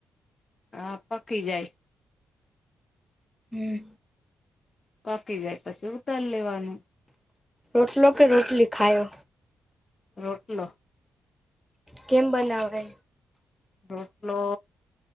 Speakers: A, on the left; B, in the centre.
A: આ પકી જાય.
B: હમ
A: પકી જાય પછી ઉતાર લેવાનું.
B: રોટલો કે રોટલી ખાઈઓ?
A: રોટલો.
B: કેમ બનાવે?
A: રોટલો